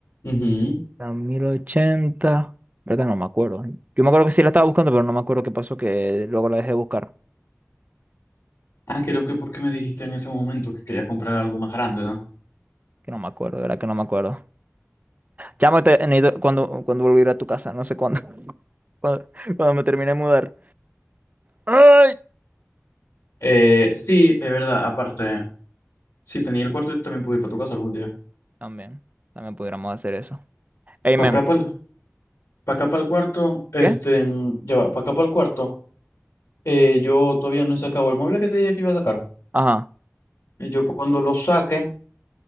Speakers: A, on the left (about 80°); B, on the right (about 30°).
A: Ujú.
B: La 1080 ¿Verdad? No me acuerdo. Yo me acuerdo que sí la estaba buscando, pero no me acuerdo qué pasó, que luego la dejé de buscar.
A: Ah, creo que porque me dijiste en ese momento que querías comprar algo más grande, ¿no?
B: Que no me acuerdo, de ¿verdad? Que no me acuerdo. Chamo, te, necesito- cuando, cuando volví a ir a tu casa, no sé cuándo. <laughs> Cuando, cuando me termine de mudar. ¡Ay!
A: Eh, sí, es verdad, aparte, sí tenía el cuarto y también pude ir para tu casa algún día.
B: También, también pudiéramos hacer eso. Amen.
A: Para acá, para acá, para el cuarto, este,
B: ¿qué?
A: para acá, para el cuarto, eh, yo todavía no he sacado el mueble que te dije que iba a sacar.
B: Ajá.
A: Y yo cuando lo saque,